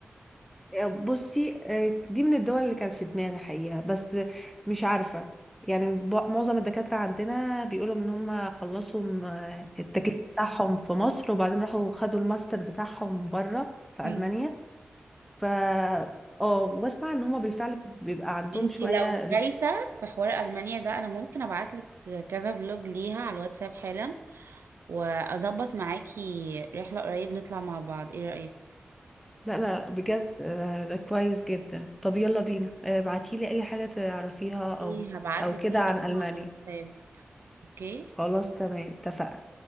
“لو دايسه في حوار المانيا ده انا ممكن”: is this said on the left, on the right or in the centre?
Right